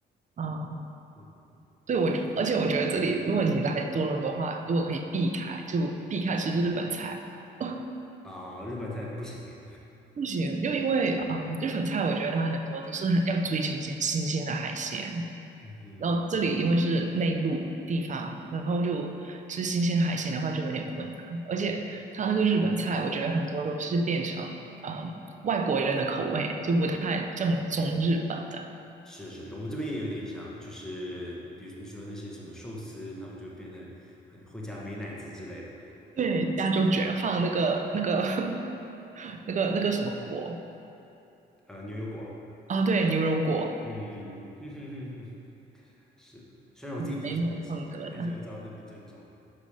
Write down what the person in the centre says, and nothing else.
嗯
啊、日本菜不行，
<laughs> 嗯
啊，是是是，我们这边也有点像，就是比如你说那些什么寿司，他们就变得很会加美乃滋之类的，
呃，牛油果，
嗯，<laughs> 是的，虽然我自己挺喜欢吃的，
但是我知道那不正宗，